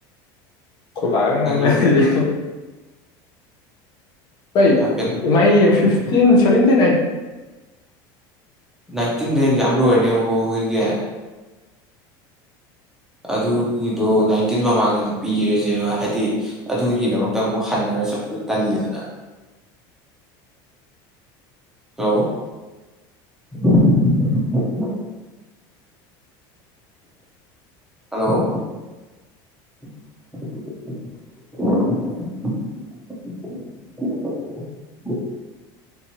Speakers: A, on the left (about 40°); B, in the centre.
A: ꯈꯣꯕꯥꯒꯥ ꯉꯥꯡꯅꯔꯤ
B: ꯅꯪ ꯌꯨꯝ
A: <unintelligible>
B: ꯍꯥꯏꯐꯦꯠ
A: ꯇꯤꯟ ꯁꯚꯦꯟꯇꯤꯅꯥꯥꯏꯟ
B: ꯅꯥꯏꯟꯇꯤꯟꯗꯩ ꯑꯦꯛꯖꯥꯝ ꯂꯣꯏꯔꯅꯦꯕꯀꯣ ꯑꯩꯈꯣꯏꯒꯤ ꯑꯗꯨꯒꯤꯗꯣ ꯅꯥꯏꯟꯇꯤꯟ ꯃꯃꯥꯡꯗꯗꯤ ꯄꯤꯔꯁꯦꯕ ꯍꯥꯏꯗꯤ ꯑꯗꯨꯒꯤꯗꯃꯛꯇ ꯑꯃꯨꯛ ꯍꯟꯅꯔ ꯆꯠꯄꯗꯣ ꯇꯜꯂꯤꯗꯅ ꯍꯜꯂꯣ <unintelligible> ꯍꯜꯂꯣ <unintelligible> <inaudible>